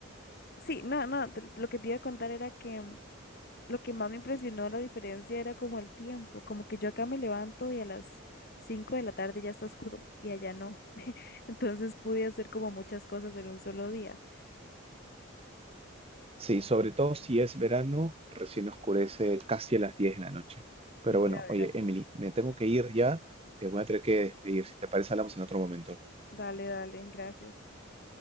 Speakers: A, on the left; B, on the right.
A: sí, no, no, te- te- lo que te iba a contar era que mm, lo que más me impresionó la diferencia era como el tiempo, como que yo acá me levanto y a las 5 de la tarde ya está oscuro y allá no. <laughs> Entonces pude hacer como muchas cosas en un solo día.
B: Sí, sobre todo si es verano, recién oscurece casi a las 10 de la noche. Pero
A: Sí,
B: bueno,
A: era verano.
B: oye, Emily, me tengo que ir ya. Te voy a tener que despedir. Si te parece, hablamos en otro momento.
A: Dale, dale, gracias.